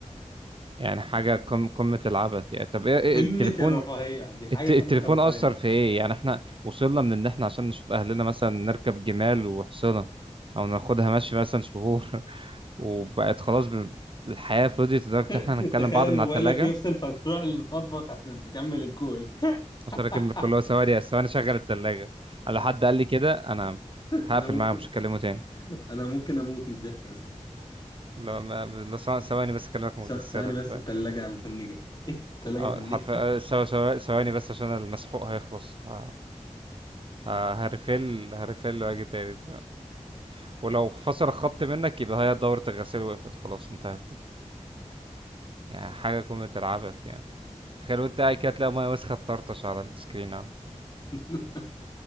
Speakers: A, on the right; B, on the left.
A: يعني حاجة قم- قمة العبث يعني طب ايه إيه
B: قمه
A: التليفون
B: الرفاهيه دي حاجه
A: الت- التليفون
B: قمه الرفاهيه
A: أثر
B: اصلا
A: في ايه يعني احنا وصلنا من ان احنا عشان نشوف اهلنا مثلا نركب جمال وحصنة او ناخدها ماشي مثلا شهور <laughs> وبقت خلاص بن- الحياة فضيت لدرجة
B: <laughs>
A: ان احنا هنتكلم
B: تخيل
A: بعض من
B: موبايلك
A: على التلاجة
B: يفصل فتروح للمطبخ عشان تكمل الكول <laughs>
A: عشان اكمل كل هو ثواني ثواني شغل التلاجة على حد قال لي كده انا هقفل
B: انا ممكن
A: معاه مش هكلمه تاني
B: انا ممكن اموت من الضحك اصلا
A: لا ما لا ثو- ثواني بس اكلمك من
B: ث-
A: الغسالة
B: ثواني
A: انت
B: بس
A: فاهم
B: الثلاجه مهنجه <laughs> ايه الثلاجه
A: اه
B: مهنجه
A: حرفيا ثو- ثو- ثواني بس عشان المسحوق هيخلص ه- ه- هرفل هرفل واجي تاني أنت فاهم؟ ولو فصل الخط منك يبقى هي دورة الغسيل وقفت خلاص انتهت يعني يعني حاجة قمة العبث يعني تخيل وانت قاعد كده تلاقي مية وسخة تطرطش على السكرين عندك
B: <laughs>